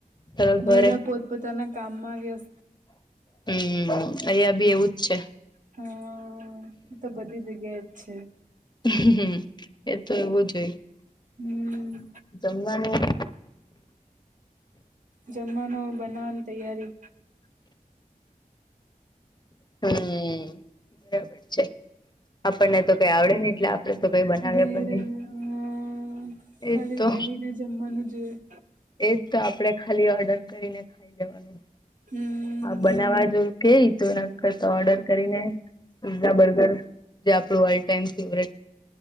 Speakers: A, on the left; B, on the right.
A: તારા ઘરે
B: બધા પોતપોતાના કામમાં વ.
A: હમ અહીિયાં બી એવુંજ છે.
B: હમ એ તો બધી જગ્યા જ છે.
A: હમ એ તો એવુંજ હોય
B: હમ
A: જમવાનું.
B: જમાનો બનાવવાન તૈયારી.
A: હમ બરાબર છે. આપણને તો કઈ આવડે ને એટલે આપણે તો કઈ બનાવે
B: બેહી
A: પણ નહી.
B: રહેલા
A: એ
B: ખાલી
A: તો.
B: બેહીને જમવાનું જે.
A: એજ તો આપણેે ખાલી ઓર્ડર કરીને ખાઈ લેવાનું
B: હમ
A: હા બનાવા જો. ઓકે તો એના કરતા ઓર્ડર કરીને પીઝા બર્ગર જે આપણું ઓલ ટાઈમ ફેવટ.